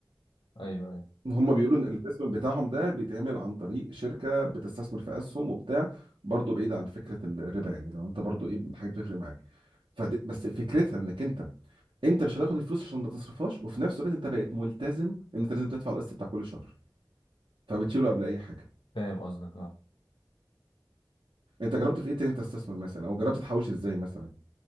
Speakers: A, on the left; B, on the right.
A: ايوه ايوه
B: هم بيقولوا ان الانفستمنت بتاعهم ده بيتعمل عن طريق شركه بتستثمر في اسهم وبتاع برضه بعيد عن فكره الربا يعني لو انت برضه ايه حاجه بتفرق معاك فد... بس فكرتها انك انت انت مش هتاخد الفلوس عشان ما تصرفهاش وفي نفس الوقت انت بقيت ملتزم ان انت لازم تدفع القسط بتاع كل شهر فبتشيله قبل اي حاجه
A: فاهم قصدك اه
B: انت جربت في ايه تاني تستثمر مثلا او جربت تحوش ازاي مثلا